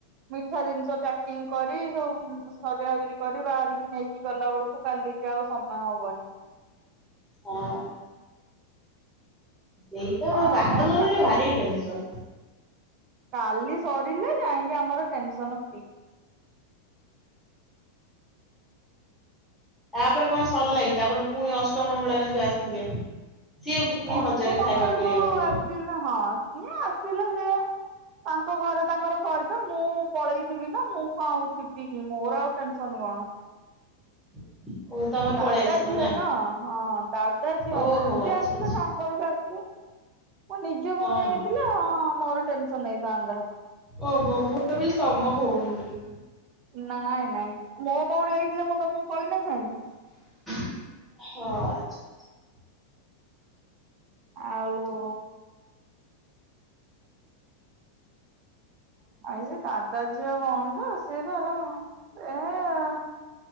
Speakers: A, on the right; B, in the centre.
A: ମିଠା ଜିନିଷ ପ୍ୟାକିଙ୍ଗ କରି ସବୁ ସଜା ସୁଜୁଡି କରି ବାହାରିକି ନେଇକି ଗଲା ବେଳକୁ କାଲିକି ଆଉ ସମୟ ହବନି।
B: ହଁ ସେଇ ତ
A: ଆମର
B: ବାହାଘରରେ
A: ଟା
B: ଭାରି ଟେନସନ।
A: କାଲି ସରିଲା ଯାଇକି ଆମର ଟେନସନ ଫ୍ରି।
B: ତାପରେ କଣ ସରିଲାଗି ତାପରେ ପୁଣି ଅଷ୍ଟମ ମଙ୍ଗଳରେ ଯୋଉ ଆସିବେ। ସିଏ ପୁଣି
A: ଅଷ୍ଟମ
B: ହଜାରେ
A: ବଙ୍ଗଳକୁ
B: ଖାଇବା କରିବାକୁ ପଡିବ।
A: ଆସିଲ ହଁ। ଇଏ ଆସିଲ ସେ ତାଙ୍କ ଘରେ ତାଙ୍କର କରିବେ ମୁଁ ପଳେଇଥିବି ନା ମୁଁ କଣ ଆଉ ଥିବି କି ମୋର ଆଉ ଟେନସନ କଣ।
B: <inaudible>
A: ଦାଦା
B: ପଳେଇ ଆସିବ
A: ଝିଅ ନା ହଁ ଦାଦା ଝିଅ
B: ଓହୋ
A: ନା ସିଏ
B: ଆଚ୍ଛା
A: ଆସିଲେ
B: ଆଚ୍ଛା
A: ଆ ମୁଁ ନିଜେ
B: ହଁ
A: ଭଉଣୀ ହେଇଥିଲେ
B: ହଁ।
A: ହଁ ମୋର ଟେନସନ ହୋଇଥାନ୍ତା।
B: ଓହୋ ମୁଁ ଭାବିଲି ତମ ଭଉଣୀ ବୋଲି।
A: ନାଇଁ ନାଇଁ ମୋ ହେଇଥିଲେ ମୁଁ ତମକୁ କହିନ ଥାନ୍ତି।
B: ହଁ।
A: ଆଉ। ଆଉ ସେ ଦାଦା ଝିଅ ଭଉଣି, ତ ସିଏ ତାର, ଏ-